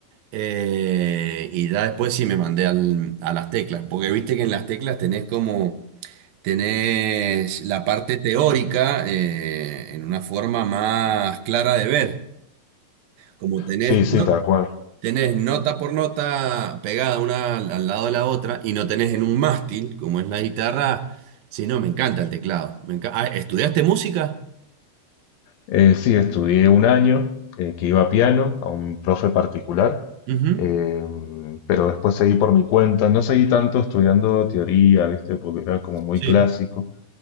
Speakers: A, on the right; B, on the left.
A: eh, y ya después sí me mandé al- a las teclas, porque viste que en las teclas tenés como... Tenés la parte teórica eh, en una forma más clara de ver. Como tenés,
B: sí, sí,
A: no-
B: tal cual.
A: tenés nota por nota pegada una al, al lado de la otra y no tenés en un mástil, como es la guitarra. Sí, no, me encanta el teclado. Me enca- Ah, ¿estudiaste música?
B: Eh, sí, estudié un año eh, que iba a piano, a un profe particular,
A: Ujú,
B: eh, pero después seguí por mi cuenta, no seguí tanto estudiando teoría, ¿viste? Porque era como muy
A: Sí.
B: clásico.